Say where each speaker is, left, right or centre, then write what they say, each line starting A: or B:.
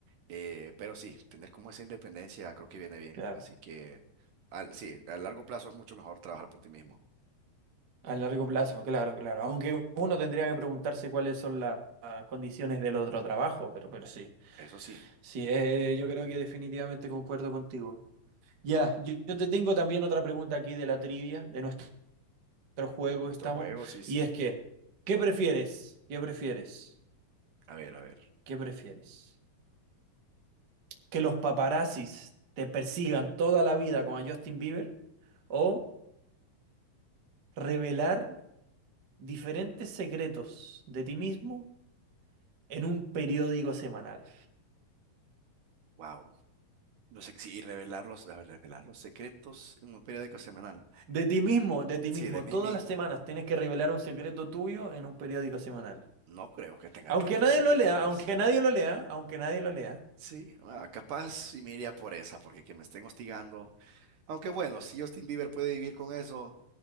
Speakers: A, on the right; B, on the right.
A: eh, pero sí, tener como esa independencia creo que viene bien.
B: Claro.
A: Así que, al, sí, a largo plazo es mucho mejor trabajar por ti mismo.
B: A largo plazo, claro, claro. Aunque uno tendría que preguntarse cuáles son la- las condiciones del otro trabajo, pero, pero sí.
A: Eso sí,
B: Sí, eh, yo creo que definitivamente concuerdo contigo. Ya, yo, yo te tengo también otra pregunta aquí de la trivia, de nuestro juego
A: nuestro
B: que estamos,
A: juego, sí, sí.
B: y es que, ¿qué prefieres? ¿Qué prefieres?
A: A ver, a ver.
B: ¿Qué prefieres? ¿Que los paparazzis te persigan toda la vida como a Justin Bieber? ¿O revelar diferentes secretos de ti mismo en un periódico semanal?
A: Wow. No sé, sí, y revelar los, a ver, revelar los secretos en un periódico semanal.
B: De ti mismo, de ti
A: Sí,
B: mismo.
A: de mí
B: Todas
A: mismo.
B: las semanas tienes que revelar un secreto tuyo en un periódico semanal.
A: No creo que tenga
B: Aunque
A: tantos
B: nadie
A: secretos.
B: lo lea, aunque nadie lo lea, aunque nadie lo lea.
A: Sí, ah, capaz sí me iría por esa, porque que me estén hostigando. Aunque bueno, si Justin Bieber puede vivir con eso,